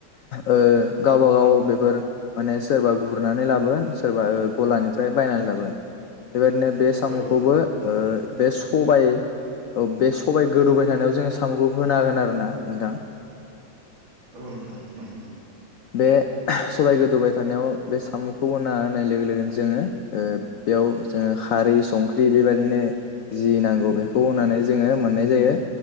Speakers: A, on the left (about 80°); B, on the right (about 80°).
A: ओ
B: नोंथां नंगौ नोंथां
A: गावबा गाव बेफोर, माने सोरबा गुरनानै लाबोगोन सोरबा ओ गलानिफ्राय बायनानै लाबोगोन। बेबायदिनो बे साम'खौबो
B: औ नोंथां
A: ओ बे सबाइ औ बे सबाय गोदौबाय थानायाव जोङो साम'खौ होना होगोन आरो ना नोंथां।
B: औ नोंथां नंगौ
A: बे सबाय गोदौबाय थानायाव बे साम'खौ होना होनाय लोगो लोगोनो जोङो ओ बेयाव जोङो खारै संख्रि बेबादिनो जि नांगौ बे खौ होनानै जोङो मोननाय जायो